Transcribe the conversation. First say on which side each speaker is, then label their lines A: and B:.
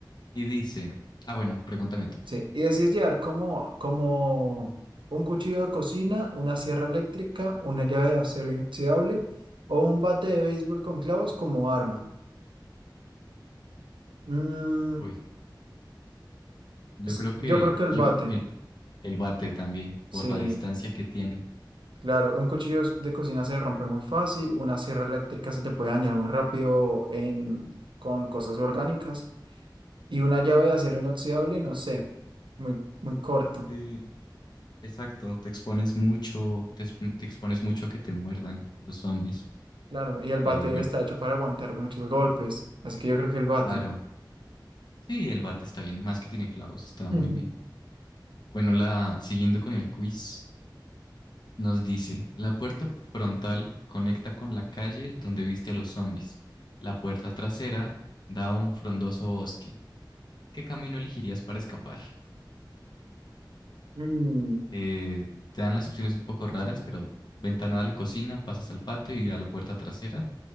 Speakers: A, on the left; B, on the right.
A: Y dice, ah, bueno, pregúntame tú.
B: Sí, y así es llevar como, como un cuchillo de cocina, una sierra eléctrica, una llave de acero inoxidable o un bate de béisbol con clavos como arma. Mm,
A: Uy. Yo
B: es-
A: creo que
B: yo creo que el
A: yo,
B: bate,
A: el, el bate también,
B: sí.
A: por la distancia que tiene.
B: Claro, un cuchillo de cocina se rompe muy fácil, una sierra eléctrica se te puede dañar muy rápido en, con cosas orgánicas y una llave de acero inoxidable, no sé, muy, muy corto,
A: Es que, exacto, te expones mucho, te, exp- te expones mucho a que te muerdan los zombies.
B: claro, y el bate
A: Eh, bueno,
B: está hecho para aguantar muchos golpes, así que yo creo que el bate.
A: claro. Sí, el bate está bien, más que tiene clavos, está
B: <laughs>
A: muy bien. Bueno, la siguiendo con el quiz, nos dice, la puerta frontal conecta con la calle donde viste a los zombies. La puerta trasera da a un frondoso bosque. ¿Qué camino elegirías para escapar?
B: Mm,
A: Eh, te dan las opciones un poco raras, pero ventana a la cocina, pasas al patio y a la puerta trasera.